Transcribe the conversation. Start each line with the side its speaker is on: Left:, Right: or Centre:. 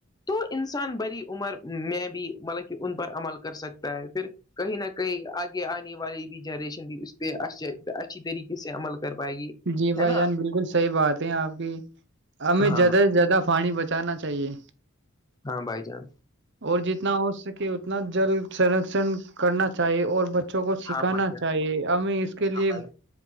Left: تو انسان بڑی عمر میں بھی مطلب کہ ان پر عمل کر سکتے پھر کہیں نہ کہیں آگے آنے والی بھی جنریشن بھی اس پہ اچھی طریقے سے عمل کر پائے گی
Right: جی بھائی
Left: ہے نا
Right: جان بالکل صحیح بات ہے آپ کی ہمیں زیادہ
Left: ہاں
Right: سے زیادہ پانی بچانا چاہیے
Left: ہاں بائی چانس
Right: اور جتنا ہو سکے اتنا جل سرشن کرنا چاہیے اور بچوں کو سکھانا
Left: ہاں بھائی جان
Right: چاہیے ہمیں اس کے
Left: ہاں
Right: لیے
Left: بھائی